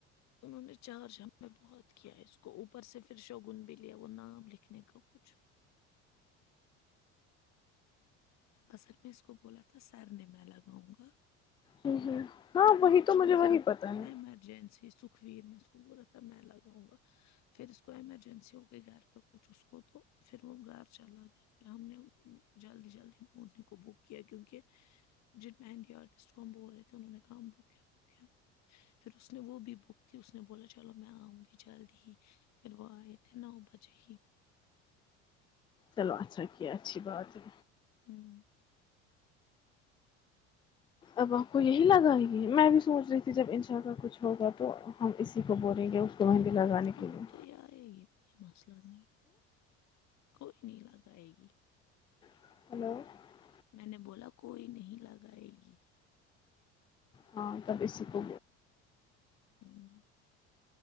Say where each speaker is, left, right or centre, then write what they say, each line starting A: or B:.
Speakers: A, on the left (about 55°); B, on the left (about 15°).
A: انہوں نے چارج ہمیں بہت کیا اس کو اوپر سے پھر شگن بھی لیا وہ نام لکھنے کا کچھ اصر میں اس کو بولا تھا تو سر نے میں لگاؤں گا
B: ہ ہ ہاں وہی تو مجھے وہی پتا ہے
A: ایمرجنسی سکھویر نے اس کو بولا تھا میں لگاؤں گا پھر اس کو ایمرجنسی ہو گئی گھر پہ کچھ اس کو تو پھر وہ گھر چلا گیا پھر ہم نے جلدی جلدی انیں کو بک کیا کیونک کہ جن مندی آرٹسٹ کو ہم بول رہے تھے انہوں نے کہا بک بک پھر اس نے وہ بھی بک تھی اس نے بولا چلو میں آؤں گی جلدی ہی پھر وہ آئے تھے نو بجے ہی
B: چلو اچھا کیا اچھی بات ہے
A: ہوں
B: اب آپ کو یہی لگائے گی میں بھی سوچ رہی تھی جب ان شاء ال کا کچھ ہوگا تو ہم اسی کو بولیں گے کو مہندی لگانے
A: ہاں
B: کے لیے
A: تو یہ ہے ہی <unintelligible> <inaudible> کوئی نہیں لاگ آائے گی
B: <inaudible>
A: میں نے بولا کوئی نہیں لگائے گی
B: ہاں اب اسی کو
A: <inaudible>